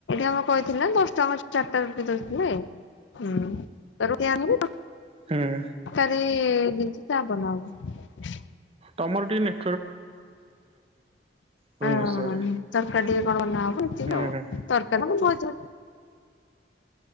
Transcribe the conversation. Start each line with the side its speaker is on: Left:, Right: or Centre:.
Left: ଆମର କହିଥିଲି ନା ଦଶଟଙ୍କା ରେ ଚାରଟା ରୁଟି ଦଉଥିଲେ ହୁଁ। ଚାର ଟା ରୁଟି ଆଣିକି।
Right: ହୁଁ
Left: ତରକାରୀ ବି। ସେଟା ବନା ହବ।
Right: ତମର ଟିକେ ମେ ଭୁବନେଶ୍ଵରରେ।
Left: ହଁ ତରକାରୀ ଟିକେ କଣ ବନା ହବ ଏତିକି
Right: ହୁଁ
Left: ଆଉ ତରକାରୀ ଭଜା।